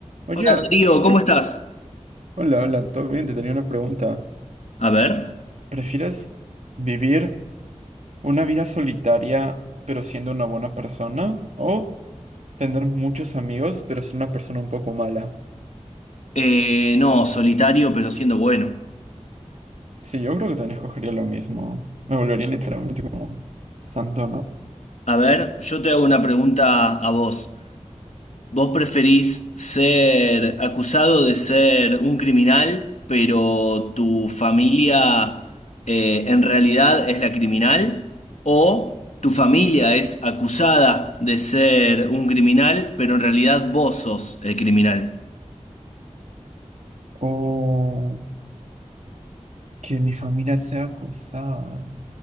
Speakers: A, on the right; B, on the left.
A: Oye,
B: Hola Darío,
A: ¿tú
B: ¿cómo
A: qué?
B: estás?
A: Hola, hola, todo bien, te tenía una pregunta.
B: A ver,
A: ¿Prefieres vivir una vida solitaria pero siendo una buena persona o tener muchos amigos pero ser una persona un poco mala?
B: eh, no, solitario pero siendo bueno.
A: Sí, yo creo que también escogería lo mismo. Me volvería literalmente como un santo, ¿no?
B: A ver, yo te hago una pregunta a vos. ¿Vos preferís ser acusado de ser un criminal, pero tu familia eh, en realidad es la criminal? ¿O tu familia es acusada de ser un criminal, pero en realidad vos sos el criminal?
A: O que mi familia sea acusada.